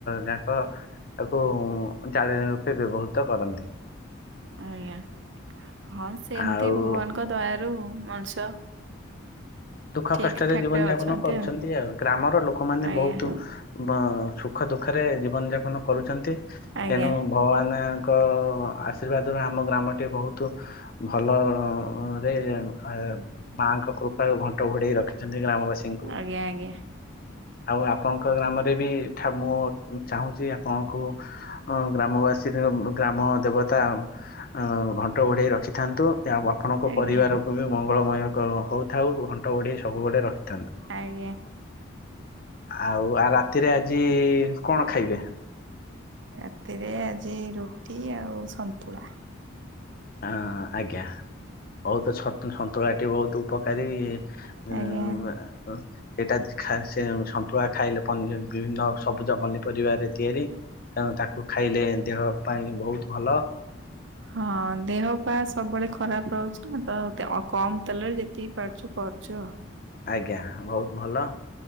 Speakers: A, on the left (about 45°); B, on the right (about 65°).
A: ଯାକ ତାକୁ ଜାଳିଣୀ ରୂପେ ବ୍ୟବହୃତ କରନ୍ତି।
B: ଆଜ୍ଞା। ହଁ ସେମତି
A: ଆଉ
B: ଭଗବାନଙ୍କ ଦୟାର ଆ ମଣିଷ
A: ଦୁଃଖ
B: ଠିକ
A: କଷ୍ଟରେ
B: ଠାକ
A: ଜୀବନ
B: ରେ
A: ଯାପନ
B: ଅଛନ୍ତି
A: କରୁଛନ୍ତି ଆଉ ଗ୍ରାମର ଲୋକମାନେ
B: ଆଜ୍ଞା
A: ବହୁତ ଅ ସୁଖ ଦୁଃଖରେ ଜୀବନ ଯାପନ କରୁଛନ୍ତି
B: ଆଜ୍ଞା
A: ତେଣୁ ଭଗବାନ ଙ୍କ ଆଶୀର୍ବାଦରୁ ଆମ ଗ୍ରାମଟି ବହୁତ ଭଲରେ ଆ ମାଙ୍କ କୃପା ଘଣ୍ଟ ଘୁଡେଇ ରଖିଛନ୍ତି। ଗ୍ରାମବାସୀଙ୍କୁ।
B: ଆଜ୍ଞା ଆଜ୍ଞା
A: ଆଉ ଆପଣଙ୍କ ଗ୍ରାମରେ ବି ମୁଁ ଚାହୁଁଛି ଆପଣଙ୍କୁ ଗ୍ରାମବାସୀ ଗ୍ରାମ ଦେବତା ଘଣ୍ଟ ଘଡ଼େଇ ରଖିଥାନ୍ତୁ। ଏହା ପାଠଣଙ୍କ
B: ଆଜ୍ଞା
A: ପରିବାରକୁ ବି ମଙ୍ଗଳମୟ କ ହଉଥାଉ। ଘନ୍ଟ ଗୋଡେଇ ସବୁବେଳେ ରଖିଥାନ୍ତୁ।
B: ଆଜ୍ଞା।
A: ଆଉ ଆ ରାତିରେ ଆଜି କଣ ଖାଇବେ।
B: ରାତିରେ ଆଜି ରୁଟି ଆଉ ସନ୍ତୁଳା।
A: ହଁ ଆଜ୍ଞା ବହୁତଛ ସନ୍ତୁଳାଟି ବହୁତ ଉପକାରୀ ଏ ଉଁ
B: ଆଜ୍ଞା।
A: ଆ ସେଇଟା ଏମତି ଖାଆନ୍ତି ସେ ସନ୍ତୁଳା ଖାଇଲେି ପନୀ ବିଭିନ୍ନ ସବୁଜ ପନି ପରିବାରେ ତିଆରି ତେଣୁ ତାକୁ ଖାଇଲେ ଦେହ ପା ପାଇଁ ବହୁତ ଭଲ।
B: ହଁ ଦେହ ପା ସବୁବେଳେ ଖରାପ ରହୁଛି ନା କମ୍ ତେଲରେ ଯେତିକି ପାରୁଛୁ କରୁଛୁ ଆଉ।
A: ଆଜ୍ଞା ବହୁତ ଭଲ